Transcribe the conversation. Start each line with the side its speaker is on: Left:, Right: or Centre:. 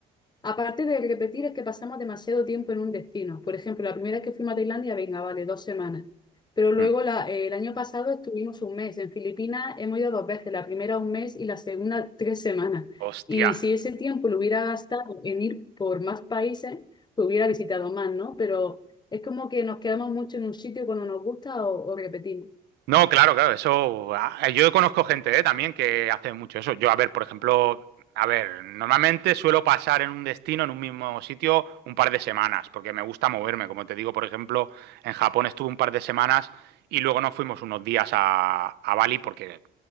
Left: Aparte de repetir, es que pasamos demasiado tiempo en un destino. Por ejemplo, la primera vez que fuimos a Tailandia, venga, vale, dos semanas. Pero luego
Right: Mm.
Left: la- eh, el año pasado estuvimos un mes. En Filipinas hemos ido dos veces, la primera un mes y la segunda tres semanas.
Right: Hostia.
Left: Y si ese tiempo lo hubiera gastado en ir por más países, pues hubiera visitado más, ¿no? Pero es como que nos quedamos mucho en un sitio cuando nos gusta o, o repetimos.
Right: No, claro, claro, eso. ah, Yo conozco gente, eh, también que hace mucho eso. Yo, a ver, por ejemplo, a ver, normalmente suelo pasar en un destino, en un mismo sitio, un par de semanas, porque me gusta moverme. Como te digo, por ejemplo, en Japón estuve un par de semanas y luego nos fuimos unos días a, a Bali porque